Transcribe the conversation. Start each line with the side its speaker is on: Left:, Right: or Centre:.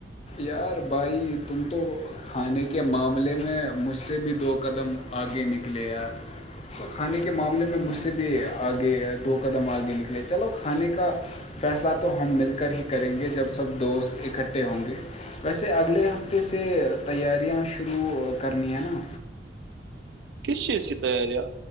Left: یار بھائی تم تو کھانے کے معاملے میں مجھ سے بھی دو قدم آگے نکلے یار تو کھانے کے معاملے میں مجھ سے بھی آگے دو قدم آگے نکلے چلو کھانے کا فیصلہ تو ہم مل کر ہی کریں گے جب سب دوست اکٹھے ہوں گے ویسے اگلے ہفتے سے تیاریاں شروع کرنی ہیں نا
Right: کس چیز کی تیاریاں